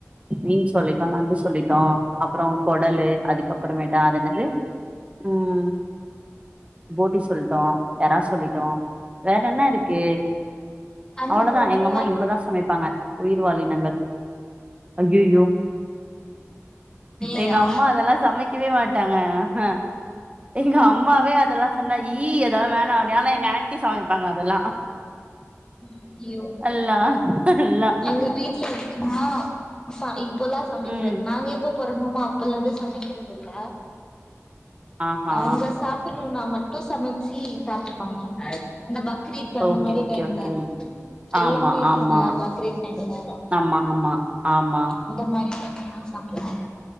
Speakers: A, on the right; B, on the left.
A: மீன் சொல்லிட்டோ நண்டு சொல்லிட்டோ அப்றோ கொடலு அதுக்கப்புறமேட்டா அது என்னது ம் போட்டி சொல்ட்டோ எறா சொல்லிட்டோ வேற என்ன இருக்கு
B: அண்ணா
A: அவ்ளோதா
B: ஓடது
A: எங்க அம்மா இவ்வளதா சமைப்பாங்க உயிர்வாலினங்கள் அய்யய்யோ
B: இல்லையா
A: எங்க அம்மா அதல்லா சமைக்கவே மாட் ட்டாங்க ஆஹா எங்க அம்மாவே அதெல்லா சொன்னா ஈ அதெல்லா வேணா அப்டி ஆனா எங்க ஆன்ட்டி சமைப்பாங்க அதெல்லா
B: ஐயோ
A: அல்லா அல்லா
B: எங்க வீட்ல எப்டினா அப்பா இப்பல்லா சமைக்கிறத்
A: ம்
B: நாங்க எப்போ பொறந்தோமா அப்பல்லந்தே சமைக்கிறத் இல்ல
A: ஆஹா
B: அவங்க சாப் னுனா மட்டு சமச்சி சாப்ட்டுப்பாங்க இந்த பக்ரீத் அந்தமாரி
A: ஓகே ஓகே
B: டைம்ல
A: ஓகே
B: எல்லாமே
A: ஆமா
B: இருக்குல்ல
A: ஆமா
B: பக்ரீத் டைம்ல
A: ஆமா ஆமா ஆமா
B: இந்த மாரி செஞ்சுதா சாப்டுவாங்க